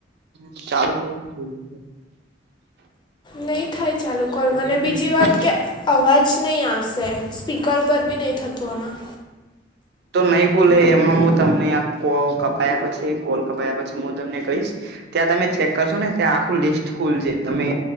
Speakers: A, on the right; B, on the left.
A: હ ચારું પરમાં ફૂલ <inaudible>
B: નહી થાય ચાલુ કરવું અને
A: કરજો
B: બીજી વાત કે અવાજ નહીં આવશે. સ્પીકર પર બી નહીં થતું આમાં.
A: તો નહી ખુલે એમાં હું તમને આખો કપાયા પછી કોલ કપયા પછી હું તમને કહીશ ત્યાં તમે ચેક કરશો ને ત્યાં આખું લિસ્ટ ખુલશે, તમે